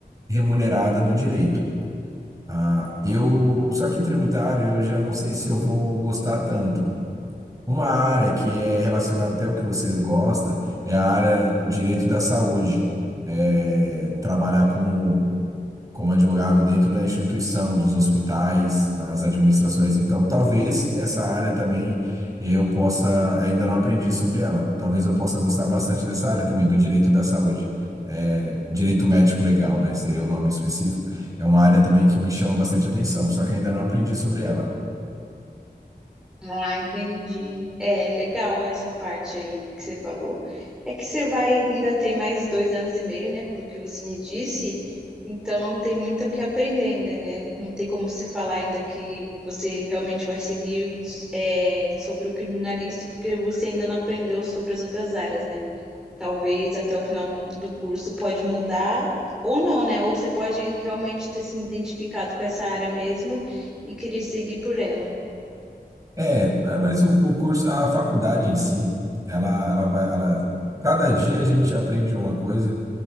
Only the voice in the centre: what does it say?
Ah, entendi. É legal essa parte aí que você falou. É que você vai, ainda tem mais dois anos e meio, né? Pelo que você me disse. Então tem muito o que aprender ainda, né? Não tem como você falar ainda que você realmente vai seguir é, sobre o criminalista, porque você ainda não aprendeu sobre as outras áreas, né? Talvez até o final do curso pode mudar ou não, né? Ou você pode realmente ter se identificado com essa área mesmo e querer seguir por ela.